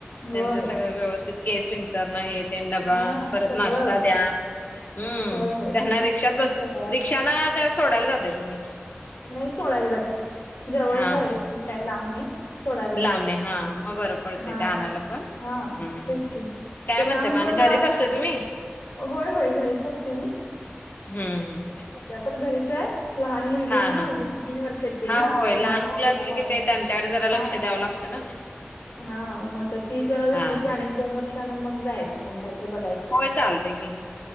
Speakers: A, on the left; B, on the left.
A: त्यांचं
B: होय
A: सगळं व्यवस्थित केस विचरंन, हे तेण डबा,
B: हा
A: परत
B: सगळं
A: नाश्ता द्या. हम्म,
B: होय होय
A: त्यांना रिक्षात बस
B: सगळं
A: रिक्षानं
B: असतं
A: का सोडायला जाताय तुम्ही?
B: नाही सोडायला जाते. जवळच
A: हा
B: आहे
A: हा
B: काय लांब नाही. सोडायला
A: लांबणे
B: जाते.
A: हा, मग बरं पडते
B: हा
A: ते आणायला पण.
B: हा
A: हम्म हम्म.
B: तेच की
A: काय
B: ते
A: म्हणते
B: लांब
A: मग आणि
B: पण.
A: घरीच असते तुम्ही
B: होय होय, घरीच असते मी.
A: हम्म हम्म.
B: सध्या तर घरीच आहे. लहान मुलगी
A: हा
B: आहे ना माझी
A: हा
B: म्हणजे ती तीन वर्षाची आहे
A: हा
B: ना
A: होय
B: आता.
A: लहान
B: ह्या वर्षी
A: मुलं
B: तिला
A: असली की
B: पा
A: ते त्यांच्याकडे जरा लक्ष
B: हा
A: द्यावं लागतं ना
B: हा, मग आता ती जरा
A: हा
B: झाली की,
A: हा
B: अनेक दोन वर्षान मग जायचं, मग काहीतर बघायचं.
A: होय, चालतंय की.